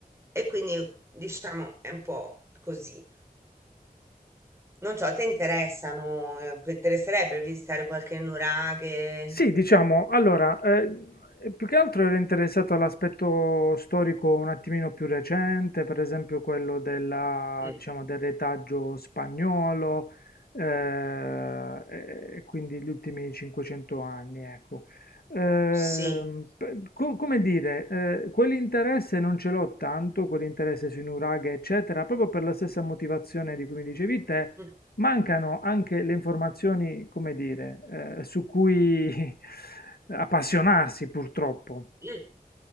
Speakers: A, on the right; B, on the left.
A: E quindi diciamo è un po' così. Non so, a te interessano, eh, ti interesserebbe visitare qualche nuraghe?
B: Sì, diciamo, allora, eh, più che altro ero interessato all'aspetto storico un attimino più recente, per esempio quello della,
A: Mm,
B: diciamo, del retaggio spagnolo, eh, e e quindi gli ultimi 500 anni, ecco. Ehm,
A: sì.
B: pe- co- come dire, eh, quell'interesse non ce l'ho tanto, quell'interesse sui nuraghe, eccetera, proprio per la stessa motivazione di cui mi dicevi te,
A: Mm,
B: Mancano anche le informazioni, come dire, eh, su cui <laughs> appassionarsi purtroppo.
A: mm.